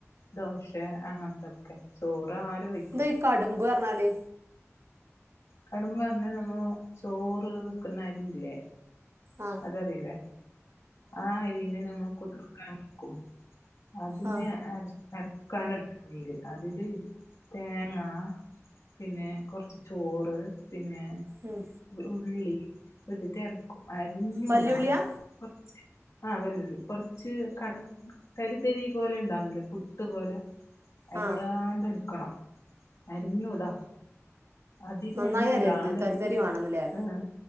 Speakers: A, on the left; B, on the right.
A: ദോശ അങ്ങൻത്തൊക്കെ ചോറ് ആരു വയ്
B: ന്തഇ കാടുംമ്പ് അർഞ്ഞാല്
A: കടുമ്പർഞ്ഞ നമ്മ ചോറ് വെക്കുന്ന അരിയില്ലേ?
B: ആ
A: അതറിയില്ലേ ആ അരിനെ നമ്മൾ കുതിർക്കാൻ വക്കും അതിനെ
B: ആ
A: അര് അരക്കാനടുന്നീല് അതില് തേങ്ങ പിന്നെ കൊറച്ച് ചോറ് പിന്നെ
B: ഉം
A: ഉള്ളി വിട്ടിട്ട് ഇറക്കും അരിഞ്ഞൂടാ.
B: വല്യുള്ളിയാ
A: കൊർച്ച് ആഹ് വെല്ലുളി കൊർച്ച് ക കരിതരി പോലെ ഉണ്ടാവുന്നില്ലേ ട്ട്പോലെ അരിയാണ്ട്
B: ആ
A: എടുക്കണം അരിഞ്ഞൂടാ. അത് കരഞ്ഞൂടാ
B: നന്നായി അരയരുത്
A: അതെടുത്തിട്ട്
B: തരി തരി വേണമെന്നല്ലേ
A: ആഹ്